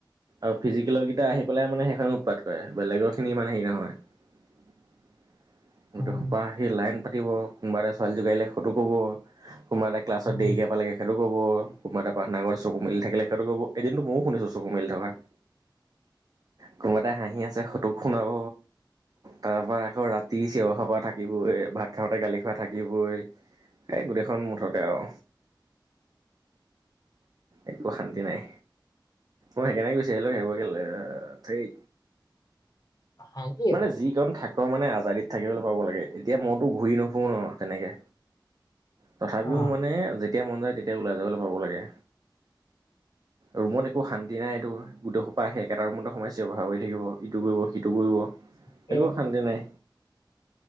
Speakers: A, on the right; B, on the left.
A: আৰু ফিজিকেলৰকেইটা আহি পেলাই মানে সেইখন উৎপাত কৰে, বেলেগৰখিনি ইমান হেৰি নহয়। <inaudible> গোটেই
B: উম
A: সোপা আহি লাইন পাতিব, কোনোবা এটা ছোৱালী জোকাই দিলে সটো কব। কোনবা এটা ক্লাছত
B: উম
A: দেৰিকে পালে গে সেইটো ক'ব কোনবা এটা। প্ৰাৰ্থনা চকু মেলি থাকিলে, সেইটো কব এদিনটো ম‌য়ো শুনিছো চকু মেলি থকা। কোনোবা এ তাই হাঁহি আছে সটোক শুনাব। তাৰ পৰা আকৌ ৰাতি চিঅ বাখৰ কৰা থাকিবই এ ভাত। ভাত খাওঁতে গালি খোৱা থাকিবই, এই গোটেইখন মুঠতে আৰু। একো শান্তি নাই। মই সেইকাৰণে গুচি আহিলো সেইবোৰ, কেলেই ঠেই
B: অশান্তি এইবোৰ
A: মানে যি এজন থাক মানে আজাদীত থাকিবলৈ পাব লাগে এতিয়া মইতো ঘূৰি নুফুৰো ন' তেনেকে। তথাপিও
B: অ
A: মানে যেতিয়া মন যায় তেতিয়া ওলাই যাবলৈ পাব লাগে। ৰুমত একো শান্তি নাই, এইটো গোটেইখোপা আহি একেটা ৰুমতেই সোমাই চি‌ঞৰ বাখৰ কৰি থাকিব ইটো কৰিব সিটো। ইটো কৰিব
B: তাকে
A: একো শান্তি নাই